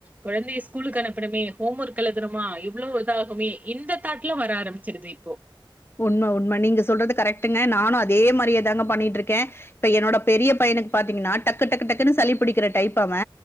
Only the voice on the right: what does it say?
கொழந்தைய ஸ்கூலுக்கு அனுப்பணுமே ஹோம் ஒர்க் எழுதுனுமா இவ்ளோ இதாகுமே இந்த தாட்லா வர ஆரம்பிச்சிருது இப்போ